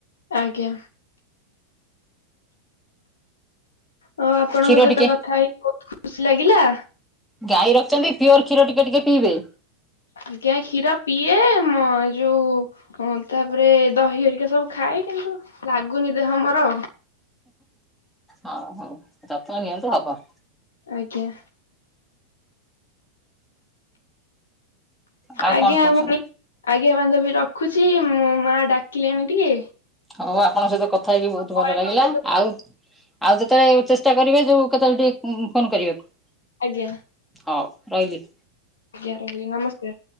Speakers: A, on the left; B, in the centre.
A: ଆଜ୍ଞା। ଓ ଆପଣଙ୍କ
B: କ୍ଷୀର
A: ସହିତ
B: ଟିକେ
A: କଥା ହେଇି ବହୁତ ଖୁସି ଲାଗିଲା।
B: ଗାଈ ରଖଛନ୍ତି ପିଓର କ୍ଷୀର ଟିକେ ଟିକେ ପିଇବେ।
A: ଆଜ୍ଞା କ୍ଷୀର ପିଏ ମ ଯୋଉ ହଁ ତାପରେ ଦହି ହରିକା ସବୁ ଖାଏ କିନ୍ତୁ ଲାଗୁନି ଦେହ ଆମର।
B: ହଉ ହଉ ଯତ୍ନ ନିଅନ୍ତୁ ହବ।
A: ଆଜ୍ଞା।
B: ଆଉ
A: ଆଜ୍ଞା
B: କଣ କହୁଛନ୍ତି?
A: ଭଉଣୀ। ଆଜ୍ଞା ବାନ୍ଧବି ରଖୁଛି ମୋ ମା ଡାକିଲେଣି ଟିକେ।
B: ହଉ ଆପଣଙ୍କ ସହିତ କଥା ହେଇକି ବହୁତ
A: ପରେ
B: ଭଲ ଲାଗିଲା
A: ସମ୍ପର୍କ
B: ଆଉ ଆଉ ଯେତେବେଳେ ଚେଷ୍ଟା କରିବେ ଯୋଉ କେତେବେଳେ ଟିକେ ଫୋନ କରିବାକୁ।
A: ଆଜ୍ଞା।
B: ହଉ ରହିଲି।
A: ଆଜ୍ଞା ରହିଲି ନମସ୍କାର।